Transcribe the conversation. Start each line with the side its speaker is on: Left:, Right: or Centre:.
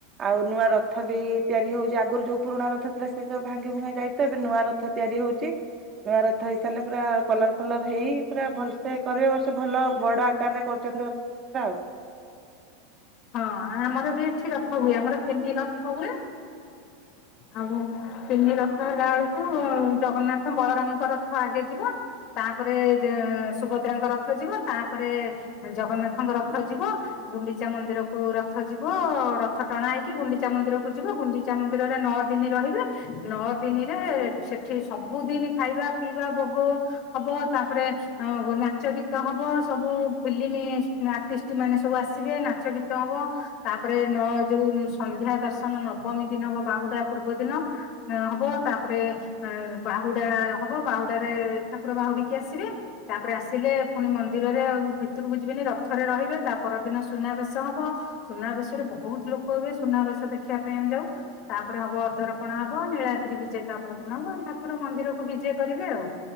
Right: ଆଉ ନୂଆ ରଥ ବି ତିଆରି ହଉଛି ଆଗରୁ ଯୋଉ ପୁରୁଣା ରଥ ଥିଲା ସେ ସବୁ ଭାଙ୍ଗି ଭୁଙ୍ଗା ଯାଇଛି ଏବେ ନୂଆ ରଥ ରଥ ତିଆରି ହଉଛି। ନୂଆ ରଥ ହେଇ ସାରିଲେ ପୁରା କଲର ଫଲର ହେଇ ପୁରା ଭଲସେ କରିବେ ଏ ବର୍ଷ ଭଲ ବଡ ଆକାରରେ କରୁଛନ୍ତି ରଥ ଟା ଆଉ।
Left: ହଁ ଆମର ବି ଏଠି ରଥ ହୁଏ ଆମର ତିନି ରଥ ହୁଏ। ଆଉ ତିନି ରଥ ହେଲା ବେଳକୁ ଜଗନ୍ନାଥ ବଳରାମଙ୍କ ରଥ ଆଗେ ଯିବ। ତାପରେ ସୁଭଦ୍ରାଙ୍କ ରଥ ଯିବ ତାପରେ ଜଗନ୍ନାଥଙ୍କ ରଥ ଯିବ। ଗୁଣ୍ଡିଚା ମନ୍ଦିରକୁ ରଥ ଯିବ ରଥ ଟଣା ହେଇକି ଗୁଣ୍ଡିଚା ମନ୍ଦିର କୁ ଯିବ ଗୁଣ୍ଡିଚା ମନ୍ଦିର ମନ୍ଦିରରେ ନଅ ଦିନ ରହିବେ ନଅ ଦିନରେ ସେଠି ସବୁଦିନ ଖାଇବା ପିଇବା ଭୋଗ ହବ ତାପରେ ନାଚ ଗୀତ ହବ ସବୁ ଫିଲ୍ମ ଆଟିଷ୍ଟ ମାନେ ସବୁ ଆସିବେ ନାଚ ଗୀତ ହବ। ତାପରେ ନଅ ଯୋଉ ସନ୍ଧ୍ୟା ଦର୍ଶନ ନବମୀ ଦିନ ହବ ବାହୁଡା ପୂର୍ବ ଦିନ। ନ-ହବ ତାପରେ ଆ, ବାହୁଡା ହବ ବାହୁଡା ରେ ଠାକୁର ବାହୁଡିକି ଆସିବେ। ତାପରେ ଆସିଲେ ପୁଣି ମନ୍ଦିରରେ ଭିତରୁ ଯିବେନି ରଥରେ ରହିବେ। ତା ପର ଦିନ ସୁନାବେଶ ହବ। ସୁନାବେଶ ରେ ବହୁତ ଲୋକ ହେବେ ସୁନାବେଶ ଦେଖିବା ପାଇଁ ଆମେ ଯାଉ। ତାପରେ ହବ ଅଧରପଣା ହବ, ନୀଳାନ୍ଦ୍ରି ବିଜେ ତା ପରଦିନ ହବ। ଠାକୁର ମନ୍ଦିରକୁ ବିଜେ କରିବେ ଆଉ।